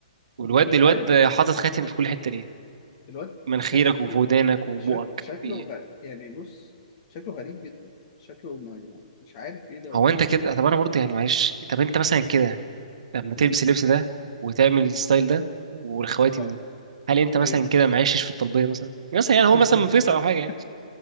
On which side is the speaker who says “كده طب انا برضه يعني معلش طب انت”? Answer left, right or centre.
Right